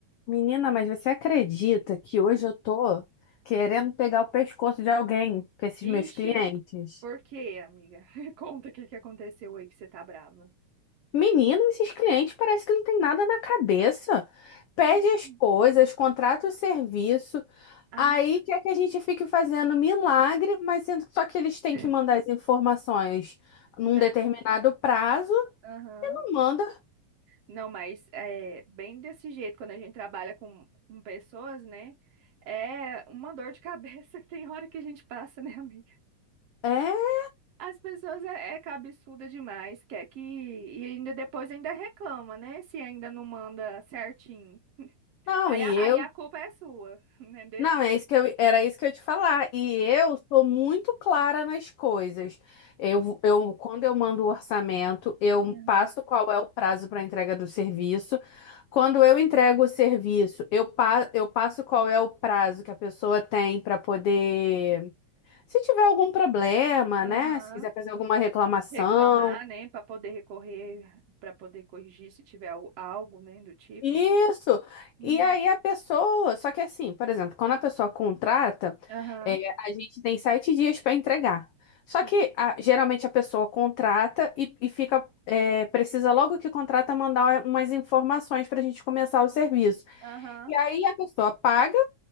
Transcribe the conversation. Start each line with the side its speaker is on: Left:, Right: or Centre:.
Left: Menina, mas você acredita que hoje
Right: Ah,
Left: eu tô querendo pegar o pescoço de alguém com esses
Right: Ixi,
Left: meus clientes?
Right: por quê, amiga? <laughs> Conta o que que aconteceu aí que você tá brava.
Left: Menina, esses clientes parece que não tem nada na cabeça. Pede
Right: Oxi.
Left: as coisas, contrata o serviço,
Right: Ah,
Left: aí quer que a gente fique fazendo milagre, mas sendo só que eles têm
Right: <laughs>
Left: que mandar as informações num
Right: não,
Left: determinado prazo,
Right: aham.
Left: não manda.
Right: Não, mas é bem desse jeito, quando a gente trabalha com, com pessoas, né? É uma dor de cabeça <laughs> que tem hora que a gente passa, né, amiga?
Left: É,
Right: As pessoas é, é cabeçuda demais, quer que. E ainda depois ainda reclama, né? Se ainda não manda certinho.
Left: não,
Right: Aí
Left: e
Right: a,
Left: eu
Right: aí a culpa é sua, <laughs> né? Deles.
Left: Não, é isso que eu, era isso que eu ia te falar. E eu sou muito clara nas coisas. Eu, eu, quando eu mando o orçamento, eu
Right: Não.
Left: passo
Right: Aham,
Left: qual é o prazo para entrega do serviço. Quando eu
Right: sim.
Left: entrego o serviço, eu, pa, eu passo qual é o prazo que a pessoa tem para poder. Se tiver algum problema,
Right: Aham,
Left: né? Se quiser fazer alguma reclamação.
Right: reclamar, né, para poder recorrer, para poder corrigir se tiver al- algo, né, do tipo.
Left: Isso.
Right: Uhum.
Left: E aí a pessoa, só que assim, por exemplo, quando a pessoa contrata,
Right: Aham,
Left: é, a gente tem sete dias para entregar. Só
Right: sim.
Left: que a- geralmente a pessoa contrata e, e fica, é, precisa logo que contrata mandar umas informações para a gente começar o serviço.
Right: Aham.
Left: E aí a pessoa paga